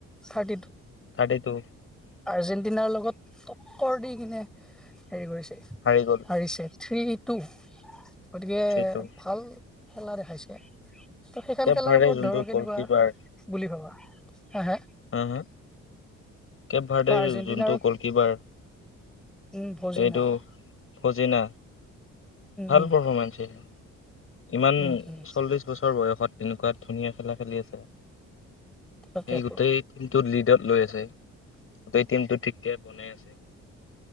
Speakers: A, in the centre; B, on the left.
A: থাৰ্টি টু
B: কাটি তো'।
A: আৰ্জেণ্টিনাৰ লগত টক্কৰ দি কিনে হেৰি কৰিছে
B: হাৰি গ'ল
A: হাৰিছে। থ্ৰী টু গতিকে
B: থ্ৰী টু
A: ভাল খেলা দেখাইছে। ত' সেইখন
B: কেব
A: খেলাৰ
B: ভাৰ্ডে
A: ওপৰত
B: যোনটো
A: ধৰ কেনেকুৱা
B: গ'লকিপাৰ
A: বুলি ভাবা হা-হা?
B: হ হ কেব ভাৰ্টিৰ
A: ত আৰ্জেণ্টিনাৰ
B: যোনটো গলকিপাৰ
A: উম, ভজি
B: এইটো
A: নাই।
B: ফজিনা ভাল
A: উম
B: পাৰফৰ্মেন্সছিল ইমান
A: উম উম
B: চল্লিশ বছৰ বয়সত তেনেকুৱা ধুনীয়া খেলা খেলি আছে,।
A: তাকেতো
B: সই গোটেই টিমটো লিডত লৈ আছে,। গোটেই টিমটো ঠিক বনাই আছে'।